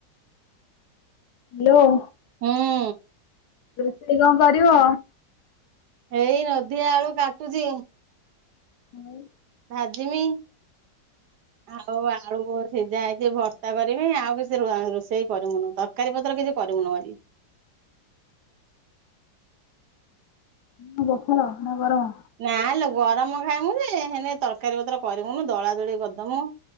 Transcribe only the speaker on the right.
ହୁଁ।
ଏଇ ନୋଧି ଆଳୁ କାଟୁଚି।
ଭାଜିମି। ଆଉ ଆଳୁ। ସିଝା ହେଇଛି ଭର୍ତା କରିବି। ଆଉ କିଛି ରୋଷେଇ କରିମୁନୁ। ତରକାରୀ ପତ୍ର କିଛି କରିମୁନୁ ଆଜି।
ନା ଲୋ ଗରମ ଖାଇମୁ ଯେ। ହେନେ ତରକାରୀ ପତ୍ର କରିମୁନୁ ଦଳା ଦଳି କରିଦମୁ।